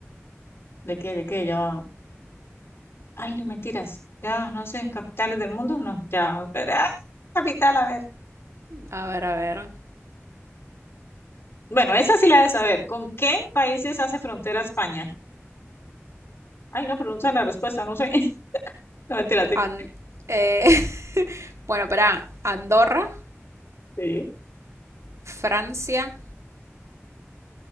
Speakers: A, on the left; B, on the right.
A: ¿De qué? ¿De qué? Ya va. Ay, no mentiras. Ya, no sé, capitales del mundo, no. Ya, pero... ah, Capital, a ver.
B: A ver, a ver.
A: Bueno, esa sí la de saber. ¿Con qué países hace frontera España? Ay, no, pregunta la respuesta, no sé. <laughs> No, mentira, sí.
B: An- eh, <laughs> bueno, para Andorra,
A: Sí,
B: Francia.